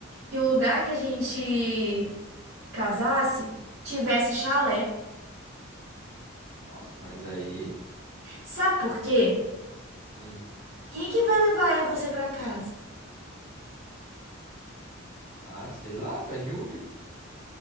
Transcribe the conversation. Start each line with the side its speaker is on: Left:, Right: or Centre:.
Right: que o lugar que a gente casasse tivesse chalé.
Left: Nossa, mas aí.
Right: Sabe por quê?
Left: hum.
Right: Quem que vai levar você pra casa?
Left: Ah, sei lá, pede Uber.